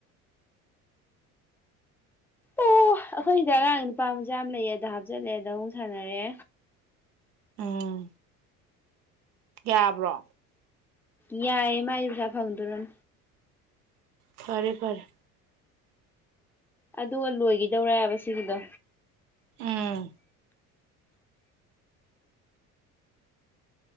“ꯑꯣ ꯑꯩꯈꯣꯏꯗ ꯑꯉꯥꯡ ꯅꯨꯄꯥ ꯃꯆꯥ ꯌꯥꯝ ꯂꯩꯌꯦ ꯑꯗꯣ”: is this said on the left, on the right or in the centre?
Centre